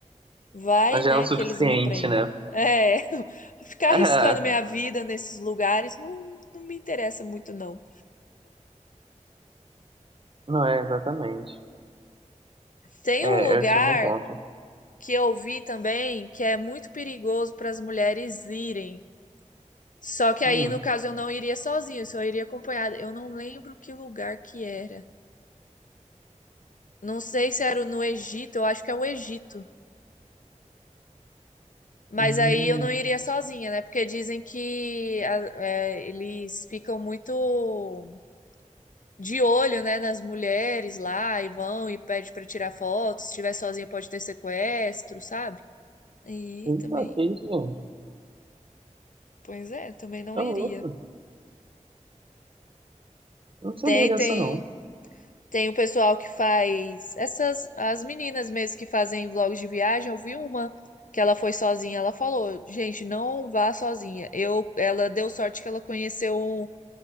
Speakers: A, on the left (about 80°); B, on the right (about 40°).
A: Vai,
B: Mas
A: né,
B: Já é o suficiente,
A: que eles me prendem.
B: né? <laughs>
A: É, <laughs> ficar
B: É,
A: arriscando minha vida nesses lugares não, não me interessa muito, não.
B: não é exatamente.
A: Tem
B: É,
A: um lugar
B: esse é um bom ponto.
A: que eu vi também que é muito perigoso para as mulheres irem. Só que aí,
B: Hum.
A: no caso, eu não iria sozinho, eu só iria acompanhada. Eu não lembro que lugar que era. Não sei se era no Egito, eu acho que é o Egito. Mas
B: Hum.
A: aí eu não iria sozinha, né? Porque dizem que a- é, eles ficam muito de olho, né, nas mulheres lá e vão e pede pra tirar foto. Se estiver sozinha pode ter sequestro, sabe? E
B: Eita,
A: também,
B: que isso, gente?
A: pois é, também não
B: Tá
A: iria.
B: louco. Eu não sabia
A: Tem,
B: dessa,
A: tem
B: não.
A: Tem o pessoal que faz essas as meninas mesmo que fazem vlogs de viagem. Eu vi uma que ela foi sozinha, ela falou: "Gente, não vá sozinha". Eu ela deu sorte que ela conheceu um,